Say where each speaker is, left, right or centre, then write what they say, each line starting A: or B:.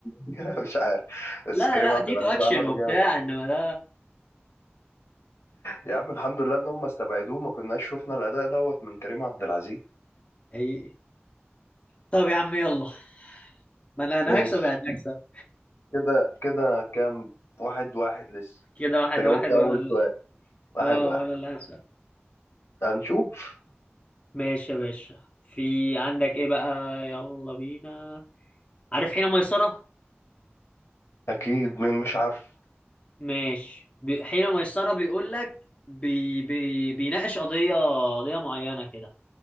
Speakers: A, on the left; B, on the left.
A: <laughs> مش عارف بس
B: لا
A: كريم
B: لا
A: عبد
B: ديتو
A: العزيز
B: اكشن
A: عمله
B: وبتاع
A: جامد
B: انما ده
A: يا عم الحمد لله ان هم استبعدوه ما كناش شفنا الاداء دوت من كريم عبد العزيز
B: حقيقي طب يا عم يلا ما انا انا
A: ماشي
B: هكسب يعني هكسب
A: كده كده كام واحد واحد لسه
B: كده واحد
A: انت
B: واحد
A: جاوبت اول
B: وانا ال-
A: سؤال واحد
B: اه
A: واحد
B: وانا اللي هكسب
A: هنشوف
B: ماشي يا باشا في عندك ايه بقى يلا بينا عارف حين ميسرة
A: اكيد مين مش عارف
B: ماشي بي... حين ميسرة بيقول لك بي... بي... بيناقش قضية قضية معينة كده